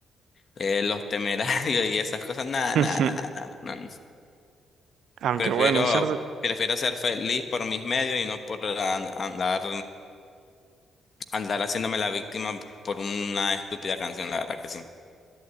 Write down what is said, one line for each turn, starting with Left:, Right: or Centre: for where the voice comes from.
Left: eh, Los Temerarios y esas cosas. Nada,
Right: <laughs>
Left: nada, nada, nada,
Right: Aunque
Left: Prefiero,
Right: bueno, es cierto.
Left: prefiero ser feliz por mis medios y no por an- andar, andar haciéndome la víctima por una estúpida canción, la verdad que sí.